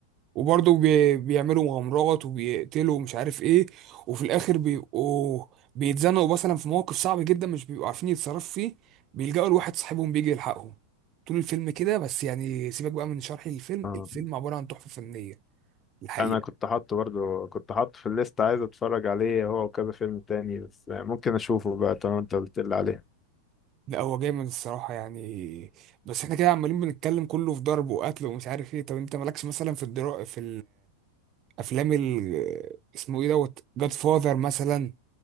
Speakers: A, on the right (about 35°); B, on the left (about 20°).
A: وبرضه بي... بيعملوا مغامرات وبيقتلوا ومش عارف إيه وفي الآخر بيبقوا بيتزنقوا مثلا في موقف صعب جدا مش بيبقوا عارفين يتصرفوا فيه بيلجأوا لواحد صاحبهم بيجي يلحقهم طول الفيلم كده بس يعني سيبك بقى من شرح الفيلم
B: اه
A: الفيلم عبارة عن تحفة فنية الحقيقة
B: انا كنت حاطه برضو كنت حاطه في الليسته عايز اتفرج عليه هو وكذا فيلم تاني بس آه، ممكن اشوفه بقى طالما انت قلت لي عليه
A: لا هو جامد الصراحة يعني بس احنا كده عمالين بنتكلم كله في ضرب وقتل ومش عارف ايه طب انت مالكش مثلا في الدرا في الافلام ال... اسمه ايه دوت جاد فاذر مثلا